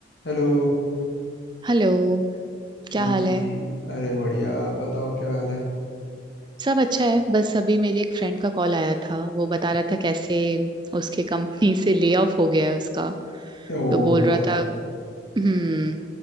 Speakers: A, on the left; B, on the right.
A: Hello
B: Hello क्या
A: हाँ
B: हाल
A: जी
B: है
A: अरे बढ़िया आप बताओ क्या हाल है
B: सब अच्छा है बस अभी मेरे एक फ्रेंड का कॉल आया था वो बता रहा था कैसे उसके कंपनी से ले ऑफ हो गया है उसका
A: ओ
B: तो बोल रहा
A: भाई
B: था हम्म